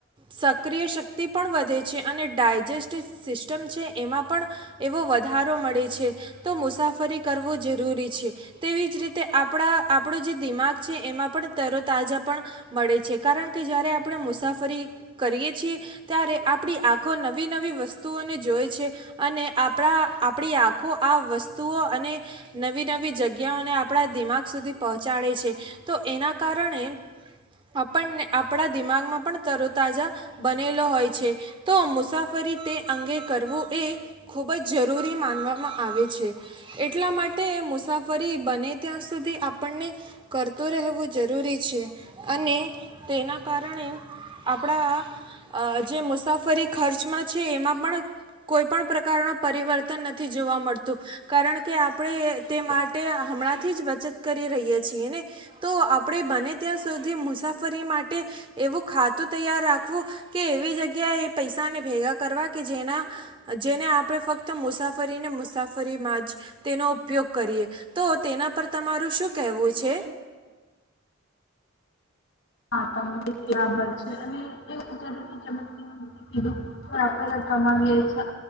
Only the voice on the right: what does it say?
સક્રિય શક્તિ પણ વધે છે અને ડાયજેસ્ટિવ સિસ્ટમ છે એમાં પણ એવો વધારો મળે છે તો મુસાફરી કરવો જરૂરી છે. તેવી જ રીતે આપણા આપણો જે દિમાગ છે એમાં. પણ તરો તાજા પણ મળે છે કારણ કે જ્યારે આપણે મુસાફરી કરીએ છીએ, ત્યારે આપણી આંખો નવી નવી વસ્તુઓને જોએ છે અને આપણા આપણી આંખો આ વસ્તુઓ અને નવી નવી જગ્યાઓને આપણા દિમાગ સુધી પહોંચાડે છે. તો એના કારણે આપણને આપણા દિમાગમાં પણ તરોતાજા બનેલો હોય છે. તો મુસાફરી તે અંગે કરવું એ ખૂબ જ જરૂરી માનવામાં આવે છે એટલા માટે મુસાફરી બને ત્યાં સુધી આપણને કર રહેવું જરૂરી છે અને તેના કારણે આપણા અ જે મુસાફરી ખર્ચમાં છે. એમાં પણ કોઈ પણ પ્રકારનું પરિવર્તન નથી જોવા મળતું કારણ કે આપણે એ તે માટે હમણાંથી જ બચત કરી રહીએ છીએ ને. તો આપણે બને ત્યાં સુધી મુસાફરી માટે એવું ખાતું તૈયાર રાખવું કે એવી જગ્યાએ એ પૈસાને ભેગા કરવા કે જેના જેને આપણે ફક્ત મુસાફરીને મુસાફરીમાં જ તેનો ઉપયોગ કરીએ. તો તેના પર તમારું શું કહેવું છે?